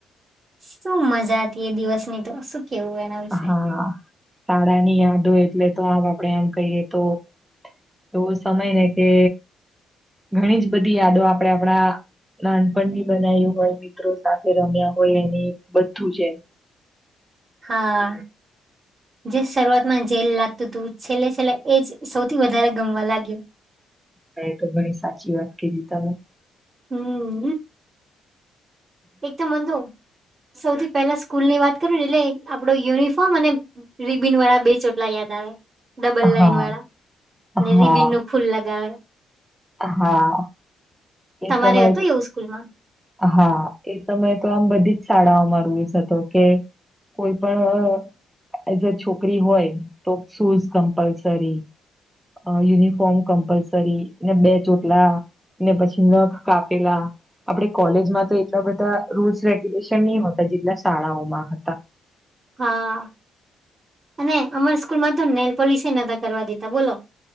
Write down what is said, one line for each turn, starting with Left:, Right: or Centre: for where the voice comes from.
Right: શું મજા હતી એ દિવસની તો શ કેવું એના વિશે
Centre: હા શાળા ની યાદ હો એટલે તો આ આપડે એમ કહીએ તો એવો સમય ને કે ઘણી જ બધી યાદો આપણેે આપણા નાનપણની બનાય્યું હોય મિત્રો સાથે રમ્યા હોય એની બધું જમ
Right: હા જે શરૂઆતમાં જેલ લાગતું હતું છેલ્લે છેલ્લે એજ સૌથી વધારે ગમવા લાગ્યું
Centre: તો ઘણી સાચી વાત કધી તમે
Right: હમ એક તો મંદુ સૌથી પહેલા સ્કૂલ ની વાત કરું ને એટલે આપડો યુનિફોર્મ અને રિબિન વાળા બે ચોટલા યાદ આવે ડબલ લાઈન
Centre: હા
Right: વાળા અને
Centre: હા
Right: રિબિન નું ફૂલ લગાવે
Centre: હા એ
Right: તમારે
Centre: સમય
Right: હતું એવું સ્કૂલમાં
Centre: હા એ સમયે તો આમ બધી જ શાળાઓમાં રૂલ્સ હતો કે કોઈ પણ એઝ અ છોકરી હોય તો શૂઝ કમ્પલસરી અ યુનિફોર્મ કમ્પલસરી ને બે ચોટલા ને પછી નખ કાપેલા આપડે કોલેજમાં તો એટલા બધા રૂલ્સ રેગ્યુલેશન ની હોતા જેટલા શાળાઓમાં હતા
Right: હા અને અમર સ્કૂલ માં તો નેલપોલસ નતા કરવા દેતા બોલો